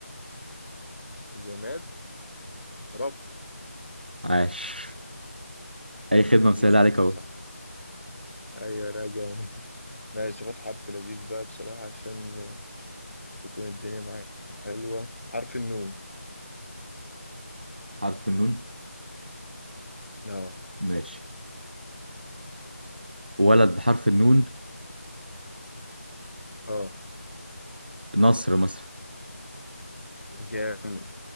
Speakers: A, on the left; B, on the right.
A: الجماد رف
B: عاش اي خدمة مسهلة
A: اي خدمة
B: عليك اهو
A: صح ايوه راجع ماشي خد حرف لذيذ بقى بصراحة عشان تكون الدنيا معاك حلوة حرف النون
B: حرف النون
A: اه
B: ماشي ولد بحرف النون
A: اه
B: نصر مثلا
A: جامد